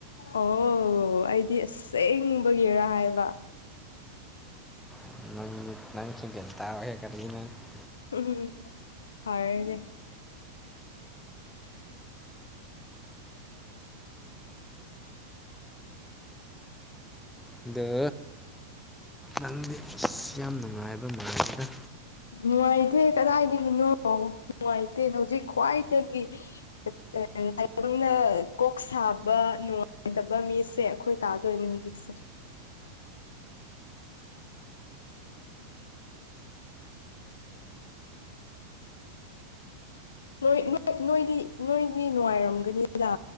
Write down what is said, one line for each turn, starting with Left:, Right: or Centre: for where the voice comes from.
Left: ꯑꯣ ꯑꯩꯗꯤ ꯑꯁꯦꯡꯕꯒꯤꯔ ꯍꯥꯏꯕ
Centre: <unintelligible>
Left: ꯎꯝ ꯎꯝ ꯐꯔꯅꯦ
Centre: ꯑꯗ ꯅꯪ ꯌꯥꯝ ꯅꯨꯡꯉꯥꯏꯕ ꯃꯁꯤꯔ
Left: ꯅꯨꯡꯉꯥꯏꯇꯦ ꯀꯗꯥꯏꯗꯒꯤꯅꯣ ꯅꯨꯡꯉꯥꯏꯇꯦ ꯍꯧꯖꯤꯛ ꯈ꯭ꯋꯥꯏꯗꯒꯤ ꯇꯥꯏꯕꯪꯅ ꯀꯣꯛ ꯁꯥꯕ ꯅꯨꯡꯉꯥꯏꯇꯕ ꯃꯤ ꯁꯦ ꯑꯩꯈꯣꯏ ꯇꯥꯗꯣꯏꯅꯦ ꯍꯧꯖꯤꯛꯁꯦ ꯅꯣꯏ ꯅꯣꯏ ꯅꯣꯏꯗꯤ ꯅꯣꯏꯗꯤ ꯅꯨꯡꯉꯥꯏꯔꯝꯒꯅꯤꯗ